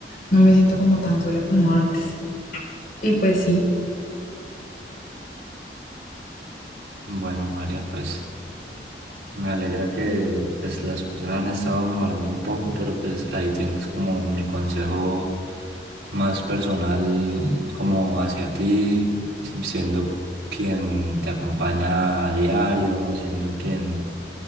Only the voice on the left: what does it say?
no me siento como tan sola como antes. Y pues sí.